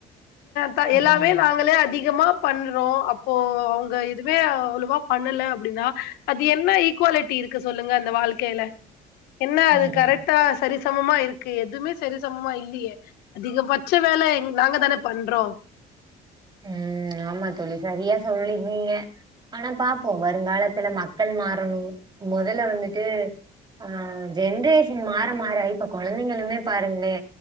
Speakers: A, on the left (about 80°); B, on the right (about 25°).
A: தா-எல்லாமே
B: ம்.
A: நாங்களே அதிகமா பண் அப்றோ அப்போ அவங்க இதுவே அவலவா பண்ணல அப்டினா அது என்ன ஈக்வாலிட்டி இருக்கு சொல்லுங்க அந்த வாழ்க்கையில என்ன அது
B: ம்.
A: கரெக்டா சரி சமமா இருக்கு எதுமே சரி சமமா இல்லயே அதிகபட்ச வேல நாங்க தானே பண்றோ
B: ம் ஆமா தோழி சரியா சொல்லிருந்தீங்க ஆனா பாப்போ வருங்காலத்துல மக்கள் மாறணு முதல வந்துட்டு ஆ ஜென்ரேஷன் மாற மாற இப்ப கொழந்தைங்களுமே பாருங்களே